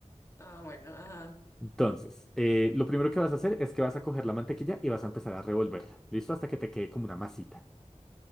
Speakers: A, on the left (about 25°); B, in the centre.
A: Ah, bueno, ajá.
B: Entonces, eh, lo primero que vas a hacer es que vas a coger la mantequilla y vas a empezar a revolverla. ¿Listo? Hasta que te quede como una masita.